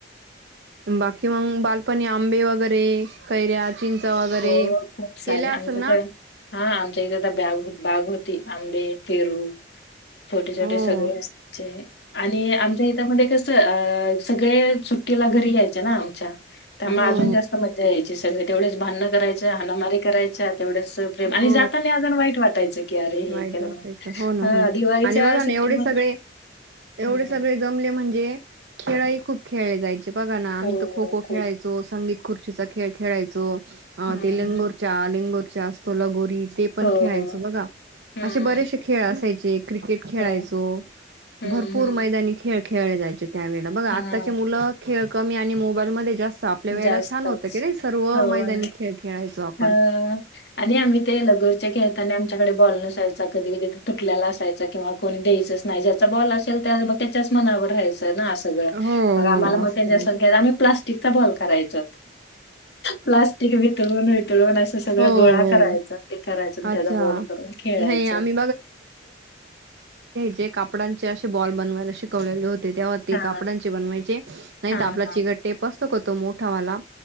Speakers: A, on the right; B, on the left.
A: बाकी मग बालपणी आंबे वगैरे कैऱ्या चिंच वगैरे
B: हो खूप सारे
A: केल्या
B: आमच्या
A: असेल ना?
B: तर हा आमच्या इथे आता बॅग- बाग होती, आंबे, पेरू छोटे छोटे
A: हो
B: सगळे असायचे, आणि आमच्या हित मध्ये कसं सगळे सुट्टीला घरी यायचे ना आमच्या. त्यामुळे
A: हो
B: अजून जास्त मज्जा यायची सगळे तेवढच भाडंन. करायचं, हानामारी करायच. अ <unintelligible> तेवढ्याच प्रेम, आणि
A: हो
B: जाताना अजून वाईट वाटायचं. की अरे हे
A: वाईट
B: केलं
A: वाटायचं
B: म्हणून.
A: हो, ना,
B: हां,
A: हो, ना
B: दिवाळीच्या
A: आणि बघा ना
B: सुट्टीमध्ये
A: एवढे सगळे. एवढे
B: हं.
A: सगळे जमले. म्हणजे खेळही खूप खेळले जायचे. बघा ना आमही
B: हो,
A: खो-खो
B: हो. खूप.
A: खेळायचो संगीत. खुर्चीचा खेळ खेळायचो. अ
B: हं.
A: तेलेंगुर च्या आलिंगूर. जास्त लगोरी. ते पण
B: हो,
A: खेळायचो
B: हो.
A: बघा.
B: हं.
A: असे बरेचसे खेळ असायची एक. क्रिकेट खेळायचो.
B: हो. हं,
A: भरपूर
B: हं.
A: मैदानी खेळ खेळाय जायचेत. त्यावेेळेला. बघा आत्ताचे
B: हां,
A: मुलं खेळ कमी आणि मोबाईलमध्ये जास्त आपल्या वेळेला
B: जास्तच.
A: छान होतं कनई, सर्व
B: हो
A: मैदानी
B: ना.
A: खेळ खेळायचो आपण.
B: ह आणि आम्ही लगोरच्या ते खेळताना आमच्याकडे बॉल नसायचा. कधी कधी तुटल्याला असायचा किंवा कोणी द्यायचच नाही. ज्याचा बॉल असेल त्या मग त्याच्याच मनावर राहायच. ना सगळ.
A: हो
B: मग
A: हो
B: आम्हाला मग
A: असं
B: त्याच्यासंग
A: करायचं
B: खेळ आम्ही प्लास्टिक तेजा बॉल करायच. प्लास्टिक वितळून वितळून असं सगळं
A: हो
B: गोळा
A: हो
B: करायच ते करायच.
A: अच्छा
B: त्याजा बॉल करून खेळायच.
A: नाही आम्ही जे कापडांचे अशे बॉल बनवायला शिकवलेले होते ते ते
B: हा
A: कापडांचे बनवायचे, नाही
B: हा
A: तर आपला
B: हा
A: चिगटटेप पुस्तक होतो मोठावाला